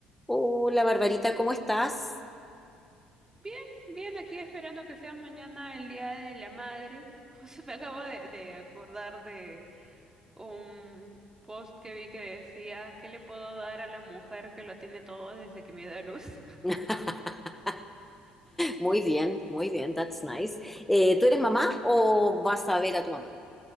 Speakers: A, in the centre; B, on the right (about 15°).
A: Hola Barbarita, ¿cómo estás?
B: Bien, bien, aquí esperando que sea mañana el Día de la Madre. <laughs> José, me acabo de, de acordar de un post que vi que decía, ¿qué le puedo dar a la mujer que lo tiene todo desde que me dio a luz? <laughs>
A: <laughs> Muy bien, muy bien, that's nice. Eh, ¿tú eres mamá o vas a ver a tu mamá?